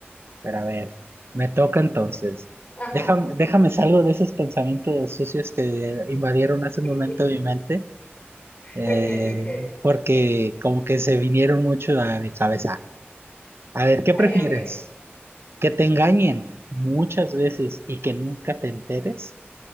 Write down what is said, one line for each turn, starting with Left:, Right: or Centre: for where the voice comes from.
Right: pero a ver, me toca entonces.
Left: Ajá,
Right: Déjame, déjame salgo de esos pensamientos sucios que invadieron hace un
Left: <laughs>
Right: momento mi mente, eh,
Left: ok, ok.
Right: porque como que se vinieron mucho a mi cabeza. A ver, ¿qué
Left: Ay,
Right: prefieres?
Left: Dios mío,
Right: ¿Que te engañen muchas veces y que nunca te enteres?